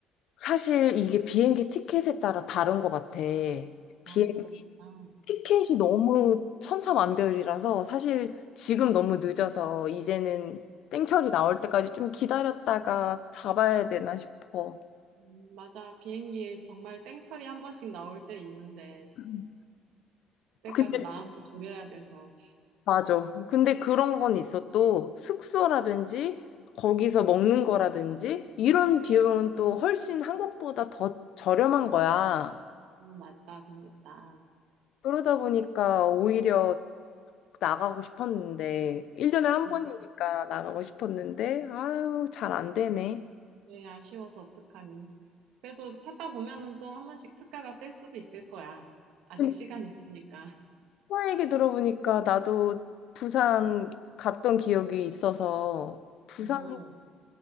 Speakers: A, on the left; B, on the right.
A: 사실 이게 비행기 티켓에 따라 다른 것 같아. 비행기
B: 아, 그렇구나.
A: 티켓이 너무 천차만별이라서 사실 지금 너무 늦어서 이제는 땡처리 나올 때까지 좀 기다렸다가 잡아야 되나 싶어.
B: 음, 맞아. 비행기 정말 땡처리 한 번씩 나올 때 있는데
A: 음.
B: 그때까지
A: 근데
B: 마음을 졸여야 돼서
A: 맞아. 근데 그런 건 있어. 또 숙소라든지 거기서 먹는 거라든지 이런 비용은 또 훨씬 한국보다 더 저렴한 거야.
B: 너무 맞다 그러겠다.
A: 그러다 보니까 오히려 나가고 싶었는데, 1년에 한
B: 음,
A: 번이니까 나가고 싶었는데, 아유, 잘 안 되네.
B: 네, 아쉬워서 어떡하니. 그래도 찾다 보면은 또 한 번씩 특가가 뜰 수도 있을 거야. 아직
A: 근데
B: 시간 있으니까.
A: 수아 얘기 들어보니까 나도 부산 갔던 기억이 있어서, 부산도
B: 어,